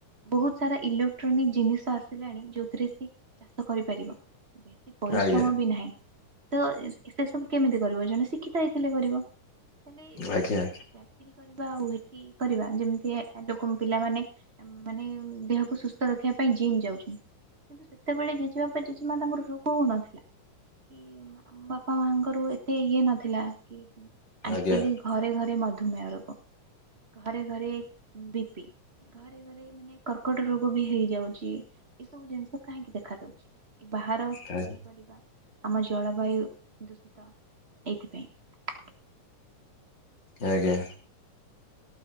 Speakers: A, on the right (about 35°); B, on the left (about 35°).
A: ବହୁତ ସାରା ଇଲୋକ୍ଟ୍ରୋନିକ ଜିନିଷ ଆସିଲାଣି ଯୋଉଥିରେ ସେ ଚାଷ କରିପାରିବ। ବେଶୀ ପରିଶ୍ରମ
B: ଆଜ୍ଞା
A: ବି ନାହିଁ। ତ ଏତେ ସବୁ କେମିତି କରିବ ଜଣେ ଶିକ୍ଷିତ ହେଇଥିଲେ କରିବ। ତାଲେ
B: ଆଜ୍ଞା
A: ଚାକିରି କରିବା ଏଠି କରିବା ଯେମିତି ଏ ଏଲୋକମ୍ ପିଲାମାନେ ଆମେ ମାନେ ଦେହକୁ ସୁସ୍ଥ ରଖିବା ପାଇଁ ଜିମ୍ ଯାଉଛନ୍ତି। କିନ୍ତୁ ସେତେବେଳେ ଜେଜେ ବାପା, ଜେଜେମା ତାଙ୍କର ରୋଗ ହଉନଥିଲା। କି ଆମ ବାପା ମା ଙ୍କର ଉ ଏତେ ଇଏ ନଥିଲା କି ଆଜିକାଲି
B: ଆଜ୍ଞା
A: ଘରେ ଘରେ ମଧ୍ ଧୁମେହ ରୋଗ ଘରେ ଘରେ ବି ପି। ଘରେ ଘରେ ମାନେ କର୍କଟ ରୋଗ ବି ହେଇଯାଉଚି ଏଇ ସବୁ ଜିନିଷ କାହିଁକି ଦେଖାାଯାଉଚି। ବାହାର
B: ଆଜ୍ଞା
A: ପନିପରିବା ଆମ ଜଳବାୟୁ ଦୂଷିତ ଏଇଥିପାଇଁ।
B: ଆଜ୍ଞା।